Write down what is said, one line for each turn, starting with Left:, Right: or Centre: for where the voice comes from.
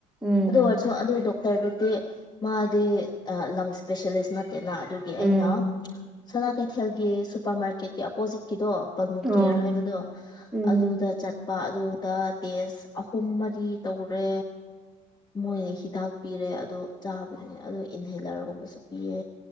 Centre: ꯎꯝ
Left: ꯑꯗꯨ ꯑꯣꯏꯔꯁꯨ ꯑꯗꯨ ꯗꯣꯛꯇꯔꯗꯨꯗꯤ ꯃꯥꯗꯤ ꯑꯥ ꯂꯪꯁ ꯏꯁ꯭ꯄꯦꯁꯦꯂꯤꯁ ꯅꯠ ꯇꯦꯅꯥ ꯑꯗꯨꯒꯤ ꯑꯩꯅꯥ
Centre: ꯎꯝ
Left: ꯁꯅꯥ ꯀꯩꯊꯦꯜꯒꯤ ꯁꯨꯄꯔ ꯃꯥꯔꯀꯦꯠꯀꯤ ꯑꯄꯣꯖꯤꯠꯀꯤꯗꯣ ꯄꯜꯃꯨꯀꯦꯌꯔ
Centre: ꯑꯣ
Left: ꯍꯥꯏꯕꯗꯣ
Centre: ꯎꯝ
Left: ꯑꯗꯨꯗ ꯆꯠ ꯄ ꯑꯗꯨꯗ ꯇꯦꯁ ꯑꯍꯨꯝ ꯃꯔꯤ ꯇꯧꯔꯦ ꯃꯣꯏꯅ ꯍꯤꯗꯥꯛ ꯄꯤꯔꯦ ꯑꯗꯣ ꯆꯥꯕꯅꯤ ꯑꯗꯣ ꯏꯟꯍꯦꯂꯔꯒꯨꯝꯕꯁꯨ ꯄꯤꯌꯦ